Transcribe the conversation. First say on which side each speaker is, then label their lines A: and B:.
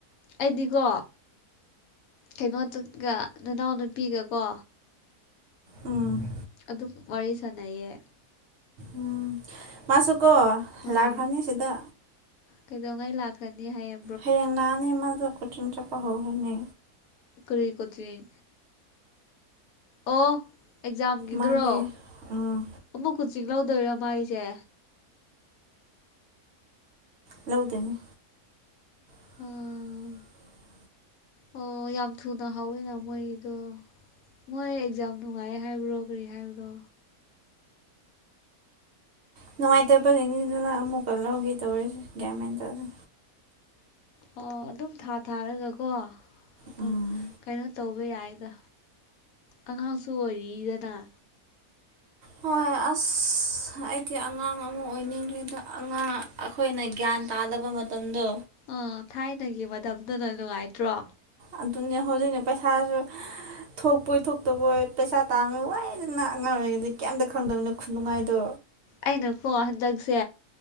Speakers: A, on the left; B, on the right.
A: ꯑꯩꯗꯤꯀꯣ ꯀꯩꯅꯣ ꯆꯠꯒ ꯅꯅꯥꯎ ꯅꯨꯄꯤꯒꯀꯣ
B: ꯎꯝ
A: ꯑꯗꯨꯝ ꯋꯥꯔꯤ ꯁꯥꯟꯅꯩꯌꯦ
B: ꯎꯝ ꯃꯥꯁꯨ ꯀꯣ
A: ꯎꯝ
B: ꯂꯥꯛꯈ꯭ꯔꯅꯤ ꯁꯤꯗ
A: ꯀꯩꯗꯧꯉꯩ ꯂꯥꯛꯀꯅꯤ ꯍꯥꯏꯌꯦ
B: ꯍꯌꯦꯡ ꯂꯚꯑꯅꯤ ꯃꯥꯗꯣ ꯀꯣꯆꯤꯡ ꯆꯠꯄ ꯍꯧꯔꯅꯤ
A: ꯀꯔꯤ ꯀꯣꯆꯤꯡ ꯑꯣ ꯑꯦꯛꯖꯥꯝꯒꯤꯗꯨꯔꯣ
B: ꯃꯥꯒꯤ ꯎꯝ
A: ꯑꯃꯨꯛ ꯀꯣꯆꯤꯡ ꯂꯧꯗꯣꯏꯔꯥ ꯃꯥꯏꯁꯦ
B: ꯂꯧꯗꯥꯅꯤ <inaudible>
A: ꯎꯝ ꯑꯣ ꯌꯥꯝ ꯊꯨꯅ ꯍꯥꯎꯋꯤꯅ ꯃꯣꯏꯒꯤꯗꯣ ꯃꯣꯏ ꯑꯦꯛꯖꯥꯝ ꯅꯨꯡꯉꯥꯏ ꯍꯥꯏꯕ꯭ꯔꯣ ꯀꯔꯤ ꯍꯥꯏꯕ꯭ꯔꯣ
B: ꯅꯨꯡꯉꯥꯏꯇꯕꯒꯤꯅꯤꯗꯅ ꯑꯃꯨꯛꯀ ꯂꯧꯒꯦ ꯇꯧꯔꯤꯁꯦ ꯒ꯭ꯌꯥꯃꯦꯟ ꯇꯗꯦ
A: ꯑꯣ ꯑꯗꯨꯝ ꯊꯥ ꯊꯥꯔꯒꯀꯣ ꯑꯗꯨ
B: ꯎꯝ
A: ꯀꯩꯅꯣ ꯇꯧꯕ ꯌꯥꯏꯗ ꯑꯉꯥꯡꯁꯨ ꯑꯣꯏꯔꯤꯗꯅ
B: ꯍꯣꯏ ꯑꯁ ꯑꯩꯗꯤ ꯑꯉꯥꯡ ꯑꯃꯨꯛ ꯑꯣꯏꯅꯤꯡꯉꯦꯗ ꯑꯉꯥꯡ ꯑꯩꯈꯣꯏꯅ ꯒ꯭ꯌꯥꯟ ꯇꯥꯗꯕ ꯃꯇꯝꯗꯣ
A: ꯑꯥ ꯊꯥꯏꯅꯒꯤ ꯃꯇꯝꯗꯨꯅ ꯅꯨꯡꯉꯥꯏꯇ꯭ꯔꯣ
B: ꯑꯗꯨꯅꯦ ꯍꯧꯖꯤꯛꯅ ꯄꯩꯁꯥꯁꯨ ꯊꯣꯛꯄꯣꯏ ꯊꯣꯛꯇꯕꯣꯏ ꯄꯩꯁꯥ ꯇꯥꯟꯕ ꯋꯥꯏꯗꯅ ꯑꯉꯥꯡ ꯑꯣꯏꯔꯤꯉꯩꯗꯤ ꯀꯦꯝꯇ ꯈꯪꯗꯃꯤꯅꯥ ꯈꯨꯅꯨꯡꯉꯥꯏꯗꯣ
A: ꯑꯩꯅꯀꯣ ꯍꯟꯗꯛꯁꯦ